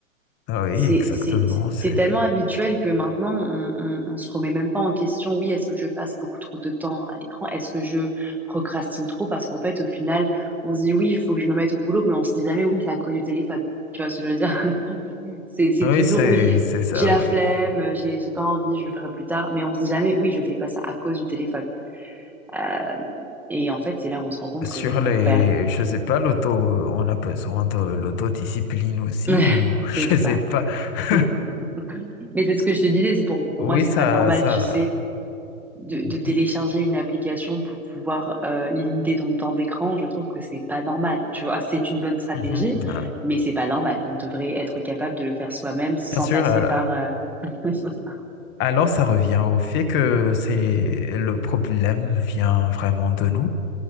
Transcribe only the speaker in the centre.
c'est
c'est-
c'est tellement habituel que maintenant, on, on, on se remet même pas en question, oui, est-ce que je passe beaucoup trop de temps à l'écran? Est-ce que je procrastine trop? Parce qu'en fait, au final, on se dit, oui, il faut que je me mette au boulot, mais on se dit jamais, oui, c'est à cause du téléphone. Tu vois ce que je veux dire? <laughs> C'est, c'est
toujours,
oui,
j'ai la
flemme, j'ai, j'ai pas envie, je le ferai plus tard, mais on se dit jamais, oui, je fais pas ça à cause du téléphone. Euh, et en fait, c'est là où on se rend compte
qu'on
perd.
<laughs>
C'est ça.
<laughs> Mais c'est ce que je te disais, c'est pour, pour
moi, c'est
pas normal,
tu sais. de, de
télécharger une application pour pouvoir euh, limiter ton temps d'écran, je trouve que c'est pas normal. Tu vois, c'est une bonne stratégie,
mais c'est pas normal. On devrait être capable de le faire soi-même sans
passer
par. euh, <laughs>